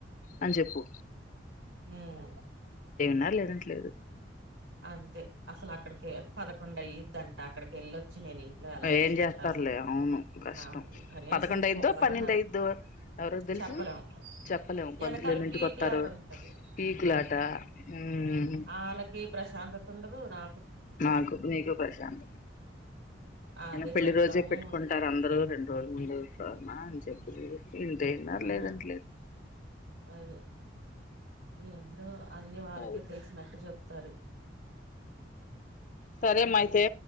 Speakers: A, on the left; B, on the right.
A: అని చెప్పు
B: ఉమ్
A: న్నారు లేదంటే లేదు
B: అంతే అసలు అక్కడికి పదకొండ ఇద్దంట అక్కడికి వెళ్ళొచ్చి నేను ఇ అట్లా ఎలా చేసుకుంటారు
A: ఏం చేస్తారులే
B: అసన్నా
A: అవును కష్టం
B: నా ఈ కనీసం
A: పదకొండు అయిద్దో
B: పొంగలు
A: పన్నెండు
B: అన్న
A: అయిద్దో ఎవరికి తెలుసు
B: చెప్పడం
A: చెప్పలేము పంతులోళ్ళు
B: వెనకాల
A: ఇంటికి
B: పీకులాట
A: వస్తారు
B: ఉంటది
A: పీకులాట
B: ఆ
A: ఉమ్
B: ఆళ్ళకి ప్రశాంతతండదు నా
A: నాకు నీకు ప్రశాంత
B: అదే
A: అయిన పెళ్లి
B: చెప్దాము
A: రోజే పెట్టుకుంటారు అందరుూ రెండు రోజుల ముందుమా అని చెప్పిది ఇంతేన్నారు
B: ఆ
A: లేదం లేదు
B: అది ఏందో అన్ని వాళ్ళకే
A: అది
B: తెలిసినట్టు చెప్తారు
A: సరే మాయితే